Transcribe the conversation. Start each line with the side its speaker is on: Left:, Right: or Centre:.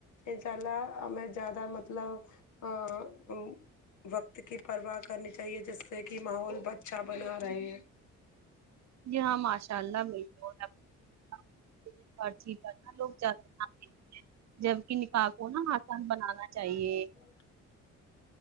Left: انشاء اللہ میں زیادہ مطلب آں ام وقت کی پرواہ کرنی چاہیے جس سے کہ ماحول اچھا بنا رہے
Right: جی ہاں ماشاء اللہ بالکل اب <unintelligible> جبکہ نکاح کو نا آسان بنانا چاہیے
Left: <inaudible>